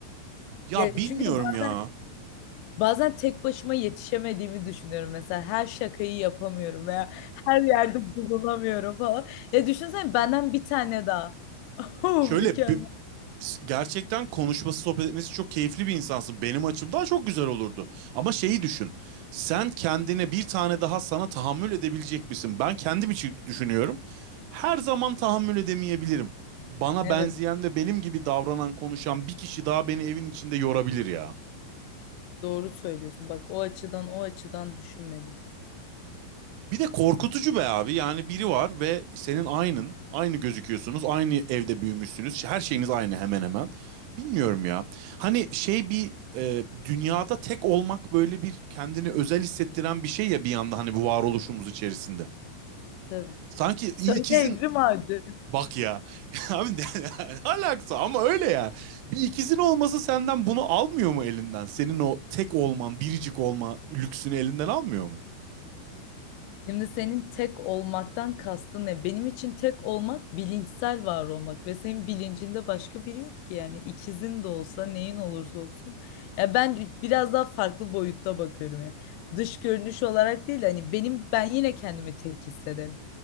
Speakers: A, on the right; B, on the left.
A: Ya
B: Ya
A: bilmiyorum
B: çünkü bazen
A: ya.
B: bazen tek başıma yetişemediğimi düşünüyorum. Mesela her şakayı yapamıyorum veya her yerde bulunamıyorum falan. Ya düşünsene benden bir tane daha. <laughs> Oh,
A: Şöyle
B: mükemmel.
A: bi- gerçekten konuşması, sohbet etmesi çok keyifli bir insansın. Benim açımdan çok güzel olurdu. Ama şeyi düşün. Sen kendine bir tane daha sana tahammül edebilecek misin? Ben kendim için düşünüyorum. Her zaman tahammül edemeyebilirim. Bana
B: Evet,
A: benzeyen ve benim gibi davranan, konuşan bir kişi daha beni evin içinde yorabilir ya.
B: doğru söylüyorsun. Bak o açıdan o açıdan düşünmedim.
A: Bir de korkutucu be abi. Yani biri var ve senin aynın. Aynı gözüküyorsunuz. Aynı evde büyümüşsünüz. Her şeyiniz aynı hemen hemen. Bilmiyorum ya. Hani şey bir e, dünyada tek olmak böyle bir kendini özel hissettiren bir şey ya bir yanda hani bu varoluşumuz içerisinde.
B: Tabii.
A: Sanki ikizin
B: Söyle Evrim Ağacı.
A: bak ya. <laughs> Abi ne ne alakası ama öyle ya. Bir ikizin olması senden bunu almıyor mu elinden? Senin o tek olman, biricik olma lüksünü elinden almıyor mu?
B: Şimdi senin tek olmaktan kastın ne? Benim için tek olmak bilinçsel var olmak ve senin bilincinde başka biri yok ki yani ikizin de olsa neyin olursa olsun. Ya ben biraz daha farklı boyutta bakıyorum yani. Dış görünüş olarak değil hani benim ben yine kendimi tek hissederim.